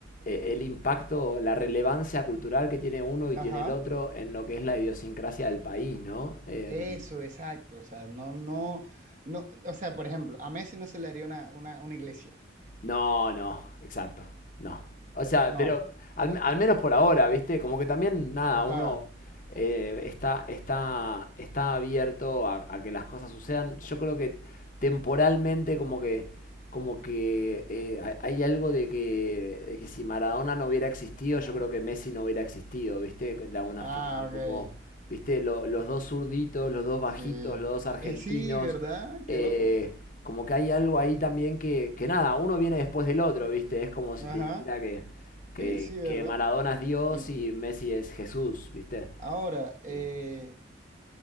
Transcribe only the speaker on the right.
Ajá.
Eso, exacto. O sea, no, no, no. O sea, por ejemplo, a Messi no se le haría una, una, una iglesia.
No.
Ajá.
Ajá.
Ah,
ok.
Sí.
Eh, sí, ¿verdad?
Qué loco.
Ajá.
Oye, sí, ¿verdad?
Tiene
sentido.
Ahora, eh,